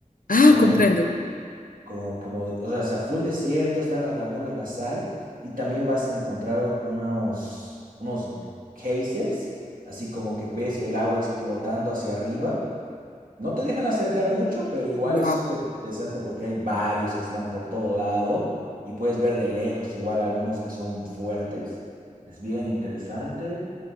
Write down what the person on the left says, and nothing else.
Ah,
comprendo.
Wow,